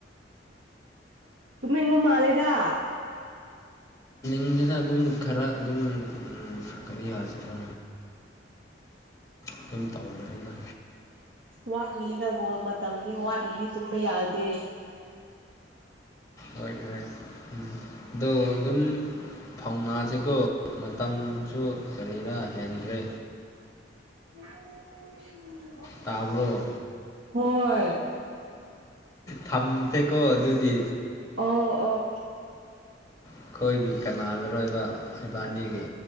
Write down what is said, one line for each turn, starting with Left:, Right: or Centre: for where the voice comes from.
Right: ꯇꯨꯝꯃ ꯍꯪ ꯃꯥꯜꯗ
Left: ꯨꯡꯁꯤꯅ ꯑꯗꯨꯝ ꯈꯔ ꯑꯗꯨꯝ ꯀꯔꯤ ꯌꯥꯁꯤ ꯈ ꯑꯗꯨꯝ ꯇꯧꯕꯅꯤꯅ
Right: ꯋꯥꯠꯂꯤ ꯅꯕꯣ ꯃꯇꯝꯗꯤ ꯋꯥꯠꯂꯤꯗꯤ ꯇꯨꯝꯕ ꯌꯥꯗꯦ
Left: ꯍꯣꯏ ꯍꯣꯏ ꯎꯝ ꯑꯗꯣ ꯑꯗꯨꯝ ꯐꯧꯅꯥꯁꯤꯕꯨꯣ ꯃꯇꯝꯁꯨ ꯀꯔꯤꯗ ꯍꯦꯟꯈ꯭ꯔꯦ
Right: ꯑ
Left: ꯇꯥꯕ꯭ꯂꯣ
Right: ꯍꯣꯏ
Left: ꯊꯝꯊꯦꯀꯣ ꯑꯗꯨꯗꯤ
Right: ꯑ ꯑꯣ
Left: ꯑꯩꯈꯣꯏꯒꯤ ꯀꯅꯥ ꯂꯔꯣꯏꯕ ꯏꯕꯥꯅꯤꯒꯤ